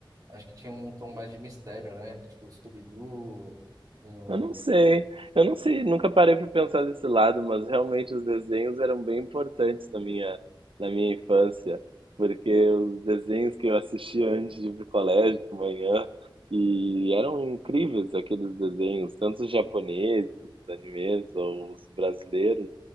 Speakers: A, on the right; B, on the right.
A: Acho que tinha um tom mais de mistério, né? Tipo Scooby-Doo, hum,
B: Eu não sei, eu não sei, nunca parei para pensar desse lado, mas realmente os desenhos eram bem importantes na minha, na minha infância, porque os desenhos que eu assistia antes de ir pro colégio, de manhã, e eram incríveis aqueles desenhos, tanto os japoneses, os animes ou os brasileiros,